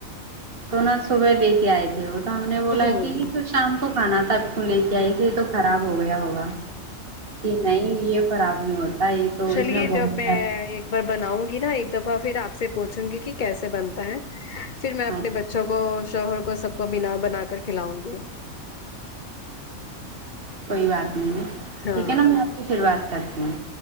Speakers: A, on the right; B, on the left.
A: تو نا صبح لے کے آئے تھے وہ تو ہم نے بولا
B: ہوں
A: کہ ہی کچھ شام کو کھانا تھا اب کیوں لے کے آئی تھے تو خراب ہو گیا ہوگا کہ نہیں یہ خراب نہیں ہوتا یہ تو
B: چلیے
A: اس میں بہت
B: جب
A: فرق
B: ایک میں بناؤں گی نا ایک دفعہ پھر آپ سے پوچھوں گی کہ کیسے بنتا ہے پھر میں اپنے
A: ہاں
B: ب چوں کو شوہر کو سب کو بنا بنا کر کھلاؤں گی
A: کوئی بات نہیں ہے
B: ہاں
A: ٹھیک ہے نا میں آپ سے پھر بات کرتی ہوں